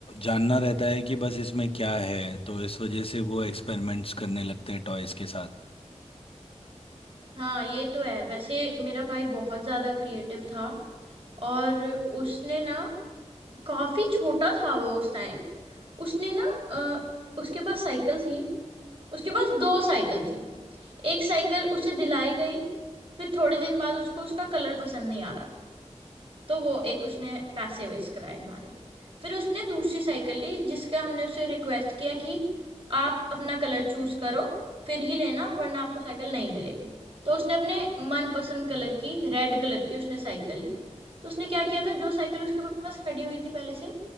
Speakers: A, on the left (about 50°); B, on the right (about 50°).
A: जानना रहता है कि बस इसमें क्या है तो इस वजह से वो एक्सपेरिमेंट्स करने लगते हैं टॉयज़ के साथ
B: हाँ ये तो है वैसे मेरा भाई बहुत ज्यादा क्रिएटिव था और उसने ना काफी छोटा था वो उस टाइम उसने ना अ, उसके पास साइकिल थी उसके पास दो साइकिल थी एक साइकिल उसे दिलाई गई फिर थोड़े दिन बाद उसको उसका कलर पसंद नहीं आ रहा था तो वो एक उसने पैसे वेस्ट कराए हमारे फिर उसने दूसरी साइकिल ली जिसका हमने उसे रिक्वेस्ट किया कि आप अपना कलर चूज करो फिर ही लेना वरना आपको साइकिल नहीं मिलेगी तो उसने अपने मनपसंद कलर की रेड कलर की उसने साइकिल ली तो उसने क्या किया था जो साइकिल उसके पास खड़ी हुई थी पहले से